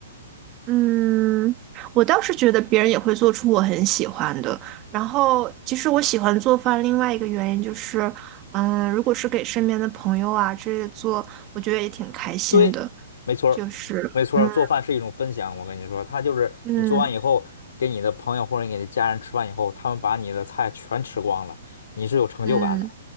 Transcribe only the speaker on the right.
嗯，我倒是觉得别人也会做出我很喜欢的。然后，其实我喜欢做饭，另外一个原因就是，嗯，如果是给身边的朋友啊之类的做，我觉得也挺开心的。
就是，
嗯
嗯
嗯，